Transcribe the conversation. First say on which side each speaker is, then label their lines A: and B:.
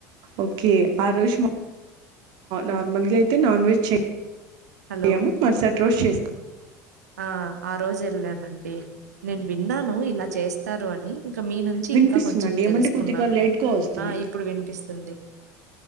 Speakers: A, on the right; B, on the right.
A: ఓకే ఆ రోజు నార్మల్గా అయితే నాన్ వెజ్ చేయ
B: హలో
A: ఏము మరసట్ ట్రోష్ చేస్తు
B: ఆ ఆ రోజు వెళ్ళానండి నేను విన్నాను ఇలా చేస్తారు అని ఇంకా మీ నుంచి
A: వినిపిస్తుందండి
B: ఇంకా కొంచెం
A: ఏమంటే
B: తెలుసుకున్నాను
A: కొద్దిగా లేట్ గా వస్తుంది
B: ఆ ఇప్పుడు వినిపిస్తుంది